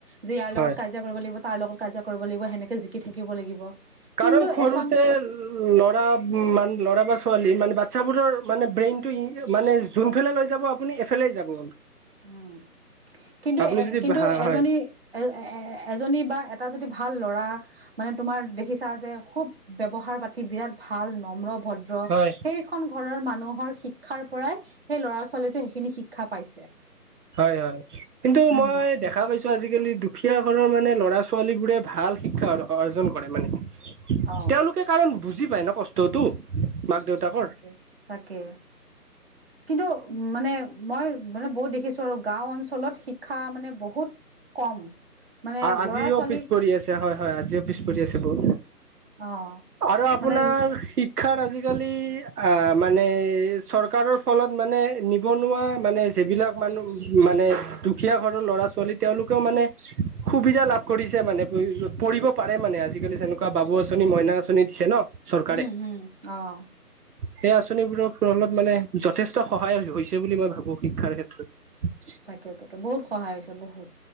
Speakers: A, on the right (about 40°); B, on the right (about 70°).
A: যে ইয়াৰ লগত
B: হয়
A: কাজিয়া কৰিব লাগিব। তাৰ লগত কাজিয়া কৰিব লাগিব সেনেকে জিকি থাকিব লাগিব।
B: কাৰণ
A: কিন্তু
B: সৰুতে
A: এখন
B: ল'ৰা মান ল'ৰা বা ছোৱালী মানে বাচ্ছাবোৰৰ মানে ব্ৰেইনটো মানে যোনফালে লৈ যাব আপুনি এইফালেই যাব।
A: উম কিন্তু
B: আপুনি
A: এ
B: যদি
A: কিন্তু
B: হয়
A: এজনী
B: হয়
A: এ এজনী বা এটা যদি ভাল ল'ৰা মানে তোমাৰ দেখিছা যে খুব ব্যৱহাৰ পাতি বিৰাট ভাল নম্ৰ ভদ্ৰ
B: হয়
A: সেইখন ঘৰৰ মানুহৰ শিক্ষাৰ পৰাই সেই ল'ৰা ছোৱালীটো সেইখিনি শি শিক্ষা পাইছে।
B: হয় হয় কিন্তু
A: উম
B: মই দেখা পাইছো আজিকালি দুখীয়া ঘৰৰ মানে ল'ৰা ছোৱালী বোৰে ভাল শিক্ষা অৰ্জন কৰে মানে।
A: অ
B: তেওঁলোকে কাৰ বুজ- বুজি পায় ন কষ্টতো মাক দেউতাকৰ
A: তাকে তাকে কিন্তু উ মানে মই মানে বহুত দেখিছো আৰু গাঁও অঞ্চলত শিক্ষা মানে বহুত কম। মানে
B: আজিও
A: ল'ৰা ছোৱালী
B: পিছ পৰি আছে হয় হয় আজিও পিছ পৰি আছে বহুত।
A: অ
B: আৰু আপোনাৰ
A: মানে
B: শিক্ষ- শিক্ষাৰ আজিকালি আ মানে চৰকাৰৰ ফলত মানে নিবনুৱা মানে সেইবিলাক মানুহ মানে দুখীয়া ঘৰৰ ল'ৰা ছোৱালী তেওঁলোকেও মানে সুবিধা লাভ কৰিছে মানে পঢ়িব পাৰে মা- মানে আজিকালি যেনে বাবু আঁচনি মইনা আঁচনি দিছে ন। চৰকাৰে
A: উম উম আহ
B: সেই আঁচনিবোৰৰ ফলত মানে যথেষ্ট সহায় হৈছে বুলি মই ভাবো শিক্ষাৰ ক্ষেত্ৰত
A: তাকে তাকে বহুত সহায় হৈছে বহুত।